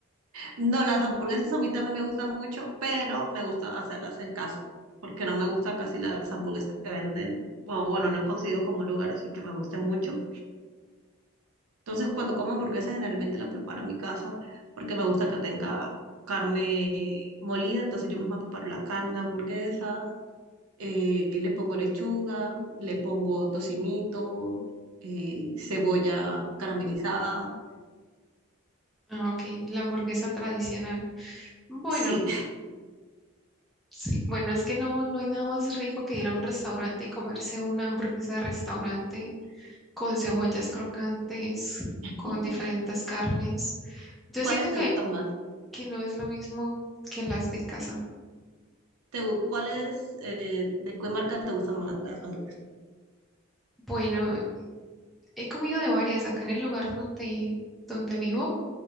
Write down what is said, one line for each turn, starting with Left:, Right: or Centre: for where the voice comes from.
Right: no, las hamburguesas a mí también me gustan mucho, pero me gusta hacerlas en casa, porque no me gusta casi las hamburguesas que venden, o bueno, no he conseguido como un lugar así que me guste mucho. Entonces, cuando como hamburguesas, generalmente la preparo en mi casa, porque me gusta que tenga carne molida, entonces yo misma preparo la carne de hamburguesa, eh, le pongo lechuga, le pongo tocinito, eh, cebolla caramelizada.
Centre: Ah, Ok, la hamburguesa tradicional. Bueno,
Right: Sí,
Centre: sí, bueno, es que no, no hay nada más rico que ir a un restaurante y comerse una hamburguesa de restaurante con cebollas crocantes,
Right: <laughs>
Centre: con diferentes carnes. Yo
Right: ¿cuáles
Centre: siento que,
Right: te gustan más?
Centre: que no es lo mismo que las de casa.
Right: te, gu- ¿cuál es, eh, de qué marca te gustan más las hamburguesas?
Centre: Bueno, he comido de varias. Acá en el lugar donde, donde vivo,